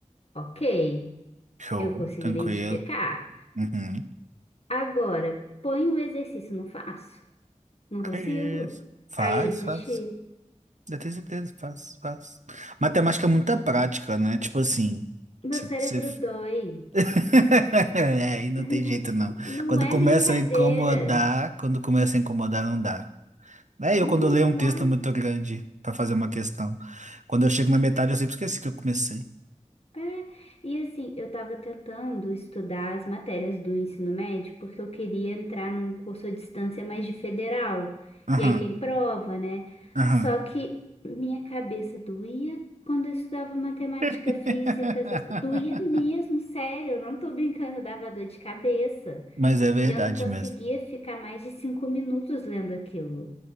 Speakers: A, on the left; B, on the right.
A: ok,
B: show.
A: eu consegui
B: Tranquilo.
A: identificar.
B: Uhum.
A: Agora, põe o exercício, não faço. Não
B: Que
A: consigo.
B: isso? Faz,
A: Aí eu desisti.
B: faz. Eu tenho certeza, faz, faz. Matemática é muita prática, né? Tipo assim,
A: Meu
B: cê-
A: cérebro
B: cê-
A: dói.
B: <laughs> É, aí não
A: <laughs>
B: tem jeito, não.
A: Não
B: Quando
A: é
B: começa
A: brincadeira.
B: a incomodar, quando começa a incomodar, não dá. É
A: Não,
B: eu quando leio
A: não
B: um
A: dá.
B: texto muito grande pra fazer uma questão. Quando eu chego na metade, eu sempre esqueci que eu comecei.
A: É, e assim, eu estava tentando estudar as matérias do ensino médio porque eu queria entrar num curso à distância mais de federal.
B: Aham,
A: E aí tem prova, né?
B: aham.
A: Só que minha cabeça doía quando eu estudava matemática,
B: <laughs>
A: física, essas- doía mesmo, sério, eu não tô brincando, dava dor de cabeça.
B: Mas é verdade
A: E eu não conseguia
B: mesmo.
A: ficar mais de cinco minutos lendo aquilo.